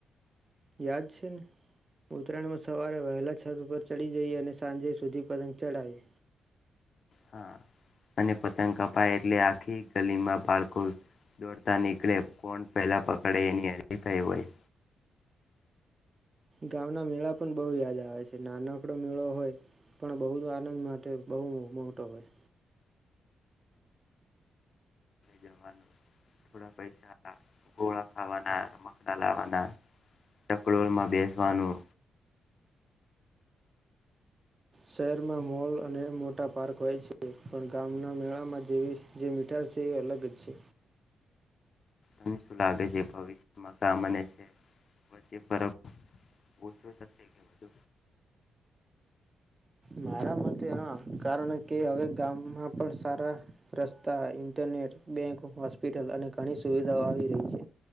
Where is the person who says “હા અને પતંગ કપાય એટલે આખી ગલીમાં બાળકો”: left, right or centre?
Left